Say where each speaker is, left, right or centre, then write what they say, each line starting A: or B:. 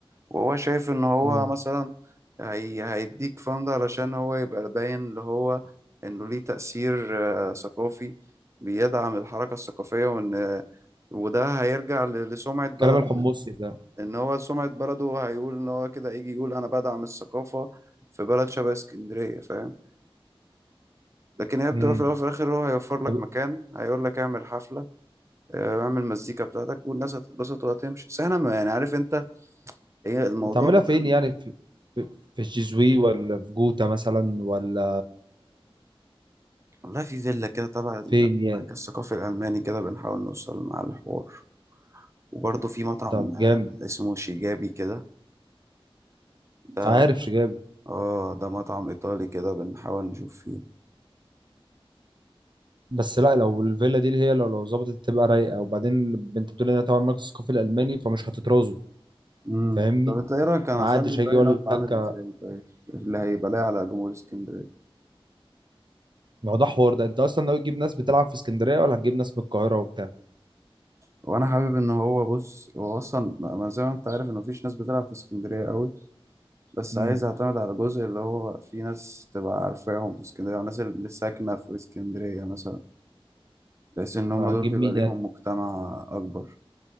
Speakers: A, on the right; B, on the right.
A: وهو شايف ان هو
B: مم.
A: مثلا هي... هيديك فند علشان هو يبقى باين اللي هو انه ليه تأثير آه، ثقافي بيدعم الحركة الثقافية وان آه، وده هيرجع ل- لسمعة بلده
B: كلام الحمصي ده
A: ان هو سمعة بلده هيقول ان هو كده يجي يقول انا بدعم الثقافة في بلد شبه اسكندرية فاهم لكن هي
B: مم.
A: بتبقى في الأول وفي الآخر هو هيوفر لك
B: طب
A: مكان هيقول لك اعمل حفلة آه، اعمل مزيكا بتاعتك والناس هتتبسط وهتمشي بس احنا ما- يعني عارف انت هي الموضوع
B: بتعملها
A: بتاع
B: فين يعني في في في الجيزوي ولا في جوتا مثلا ولا
A: والله في فيلا كده تبع
B: فين يعني
A: المركز الثقافي الألماني كده بنحاول نوصل مع الحوار وبرضه في مطعم
B: طب
A: آه،
B: جامد
A: اسمه شيجابي كده ده
B: عارف شجاب
A: اه ده مطعم إيطالي كده بنحاول نشوف فيه
B: بس لا لو الفيلا دي اللي هي لو لو ظبطت تبقى رايقه وبعدين انت بتقول انها طبعا مركز ثقافي الالماني فمش هتترازوا
A: امم
B: فاهمني
A: طب انت ايه رأيك انا
B: ما
A: اخلي
B: عادش
A: اللاين
B: هيجي يقول
A: اب عامل
B: لك
A: ازاي طيب اللي هيبقى لاقي على جمهور اسكندرية
B: ما هو ده حوار ده انت اصلا ناوي تجيب ناس بتلعب في اسكندريه ولا هتجيب ناس من القاهره وبتاع
A: وانا حابب ان هو بص هو اصلا ما زي ما انت عارف ان مفيش ناس بتلعب في اسكندريه قوي بس
B: امم
A: عايز اعتمد على الجزء اللي هو في ناس تبقى عارفاهم في اسكندريه والناس اللي ساكنه في اسكندريه مثلا بحيث ان هم
B: هتجيب
A: دول بيبقى
B: مين
A: ليهم
B: يعني
A: مجتمع اكبر